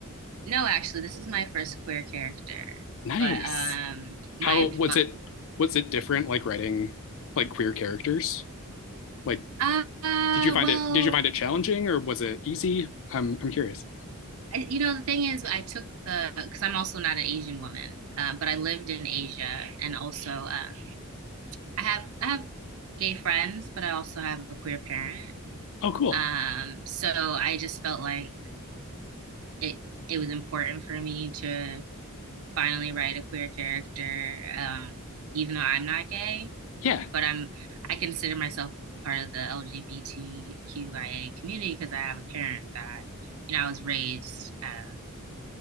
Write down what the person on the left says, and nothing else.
Nice.
How was
it was it different like writing like queer characters? Like
did you find
it did you find it challenging or was it easy? I'm I'm curious.
Oh, cool.
Yeah,